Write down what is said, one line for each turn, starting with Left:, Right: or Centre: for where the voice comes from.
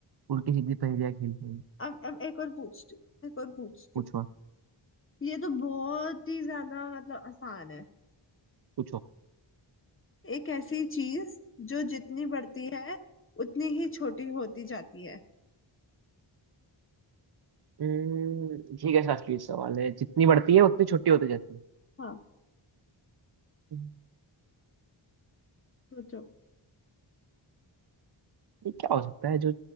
Right: उल्टी सीधी पहेलियां खेल खेल
Left: अब अब एक और पूछती हूँ एक और पूछती
Right: पूछो
Left: हूँ ये तो बहुत ही ज्यादा मतलब आसान है
Right: पूछो
Left: एक ऐसी चीज जो जितनी बढ़ती है उतनी ही छोटी होती जाती है
Right: हम्म, ठीक है शास्त्रीय सवाल है जितनी बढ़ती है उतनी छोटी होती जाती है
Left: हाँ
Right: हम्म,
Left: सोचो
Right: ये क्या हो सकता है जो